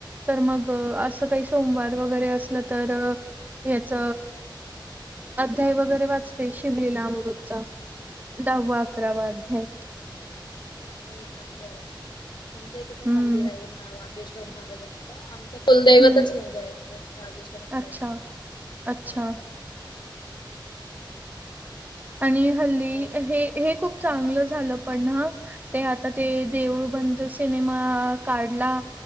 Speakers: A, on the right; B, on the left.
A: तर मग
B: अच्छा
A: असं काही सोमवार वगैरे असलं तर याच- अध्याय वगैरे वाचते. शिवलीलामृतचा दहावा, अकरावा अध्याय.
B: चांगलंय, चांगलंय. आमच्या इथे पण
A: हं,
B: मंदिर आहे. महा- वागेश्वर महादेवाचं. आमच कुलदैवतच
A: हं.
B: म्हणजे आहे. ते वागेश्वर महादेव
A: अच्छा,
B: -
A: अच्छा.
B: मस्त
A: आणि
B: शांत
A: हल्ली, हे हे खूप चांगलं झालं पण हं. ते आता ते देऊळबंद सिनेमा काढला-